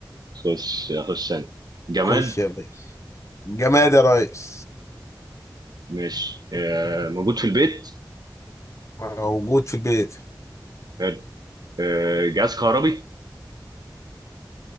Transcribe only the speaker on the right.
خش اخش انا جماد
ماشي آه، موجود في البيت
حلو. آه، جهاز كهربي